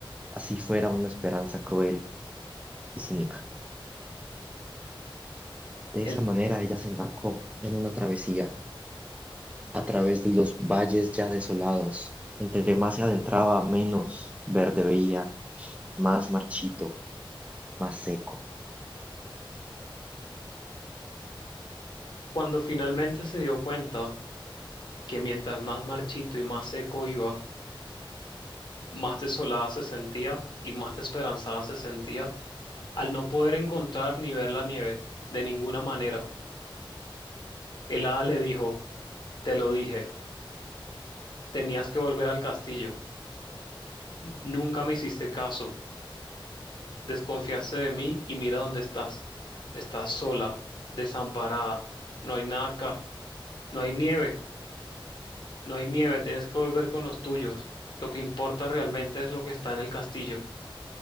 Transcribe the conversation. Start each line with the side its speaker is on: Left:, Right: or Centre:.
Right: así fuera una esperanza cruel y cínica. De
Left: Él,
Right: esta manera ella se embarcó en una travesía a través de los valles ya desolados. Entre más se adentraba, menos verde veía más marchito, más seco.
Left: cuando finalmente se dio cuenta, que mientras más marchito y más seco iba, más desolada se sentía y más desesperanzada se sentía al no poder encontrar ni ver la nieve, de ninguna manera. El hada le dijo, Te lo dije, tenías que volver al castillo. Nunca me hiciste caso. Desconfiaste de mí y mira dónde estás. Estás sola, desamparada. No hay nada acá. No hay nieve. No hay nieve. Tienes que volver con los tuyos. Lo que importa realmente es lo que está en el castillo.